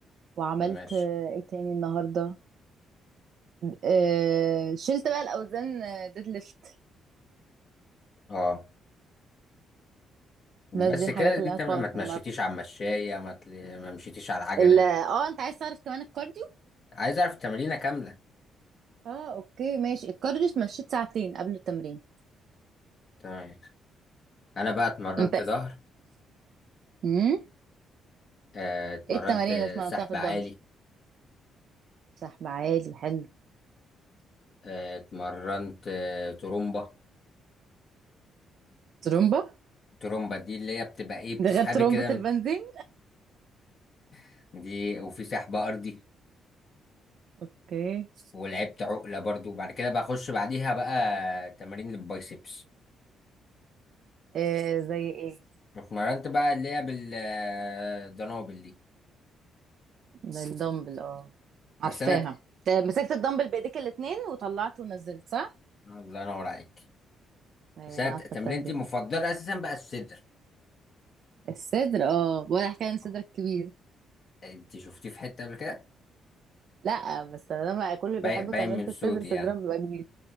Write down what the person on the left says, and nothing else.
ماشي
اه
بس
كده دي
التمرين
ما تمشيتيش
على المشاية ما, تل... ما مشيتيش على العجلة
عايز اعرف التمرينة كاملة
تمام انا بقى اتمرنت
ظهر
آه، اتمرنت
سحب
عالي
آه، اتمرنت آه، ترومبة
ترومبة دي اللي هي بتبقى ايه بتسحبي
كده
من- <laughs> دي وفي سحب ارضي
ولعبت عقلة برضو وبعد كده بقى اخش بعديها بقى تمارين للبايسبس
اتمرنت بقى اللي هي بالدنابل دي
بس انا ت...
الله ينور عليك
بس انا
ت- تمرينتي
المفضله
اساسا بقى الصدر
آه.
انت شفتيه في حته قبل كده
باي-
باين
من صوتي
يعني